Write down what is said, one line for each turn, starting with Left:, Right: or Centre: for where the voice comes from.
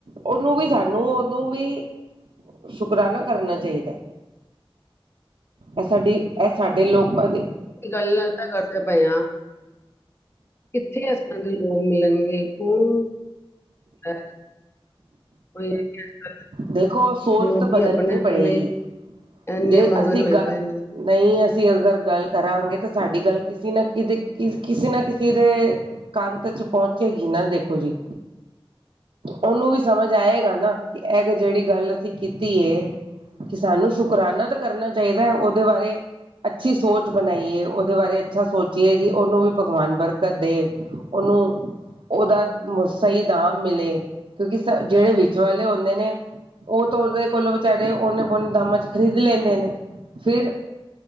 Right: ਉਹਨੂੰ ਵੀ ਸਾਨੂੰ ਉਹਨੂੰ ਵੀ ਸ਼ੁਕਰਾਨਾ ਕਰਨਾ ਚਾਹੀਦਾ ਇਹ ਸਾਡੀ ਇਹ ਸਾਡੇ ਲੋਕਾਂ ਦੇ
Left: ਗੱਲਾਂ ਤਾਂ ਕਰਦੇ ਪਏ ਹ ਕਿੱਥੇ ਇਸ ਤਰ੍ਹਾਂ ਦੇ ਲੋਕ ਮਿਲਣਗੇ ਕੌਣ ਹੈ ਕੋਈ ਜਵਾਬ
Right: ਦੇਖੋ ਸੋਚ
Left: ਲੋਕੀ
Right: ਤਾਂ ਬਦਲਣੀ
Left: ਆਪਣੇ
Right: ਪੜੇਗੀ
Left: ਆਪਣੇ ਐਨੇ
Right: ਜੇ
Left: ਮਗਨ
Right: ਅਸੀਂ
Left: ਹੋਏ
Right: ਗੱਲ
Left: ਪਏ ਨੇ,
Right: ਨਹੀਂ ਅਸੀਂ ਅਗਰ ਗੱਲ ਕਰਾਂਗੇ ਤਾਂ ਸਾਡੀ ਗੱਲ ਕਿਸੇ ਨਾ ਕਿ ਕਿਸੇ ਨਾ ਕਿਸੇ ਦੇ, ਕੰਤ ਚ ਪਹੁੰਚੇਗੀ ਨਾ ਦੇਖੋ ਜੀ, ਉਹਨੂੰ ਵੀ ਸਮਝ ਆਏਗਾ ਨਾ ਇਹ ਜਿਹੜੀ ਗੱਲ ਅਸੀਂ ਕੀਤੀ ਹੈ। ਕਿ ਸਾਨੂੰ ਸ਼ੁਕਰਾਨਾ ਤਾਂ ਕਰਨਾ ਚਾਹੀਦਾ ਹੈ ਉਹਦੇ ਬਾਰੇ। ਅੱਛੀ ਸੋਚ ਬਣਾਈਏ ਉਹਦੇ ਬਾਰੇ ਅੱਛਾ ਸੋਚੀਏ ਕਿ ਉਹਨੂੰ ਵੀ ਭਗਵਾਨ ਬਰਕਤ ਦੇ, ਉਹਨੂੰ ਉਹਦਾ ਸਹੀ ਦਾਮ ਮਿਲੇ, ਕਿਉਂਕਿ ਜਿਹੜੇ ਵਿਚ ਵਾਲੇ ਨੇ ਉਹ ਤਾਂ ਉਹਦੇ ਕੋਲੋਂ ਵਿਚਾਰੇ ਓਨੇ ਪਨ ਦਾਮਾਂ ਚ ਖਰੀਦ ਲੈਂਦੇ ਨੇ, ਫਿਰ